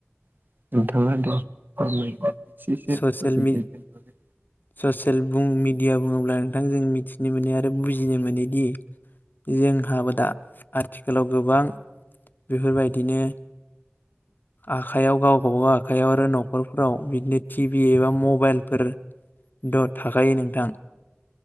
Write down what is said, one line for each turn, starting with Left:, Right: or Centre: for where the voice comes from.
Right: <unintelligible>
Left: ससेल
Right: ससियेल मिडियानि
Left: मि
Right: बागै
Left: ससेल मिडिया बुङोब्ला नोंथां जों मिथिनो मोनो आरो बुजिनो मोनोदि जोंहाबो दा आथिखालाव गोबां बेफोरबायदिनो आखाइयाव गाव गावबागाव आखाइयाव आरो न'खरफोराव बिदिनो टिभि एबा मबाइलफोर द' थाखायो नोंथां